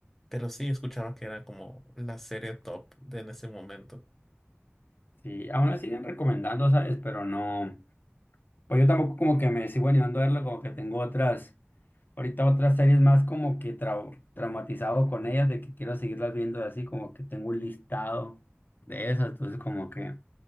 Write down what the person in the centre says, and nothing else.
Pero sí escuchaba que era como la serie top de en ese momento.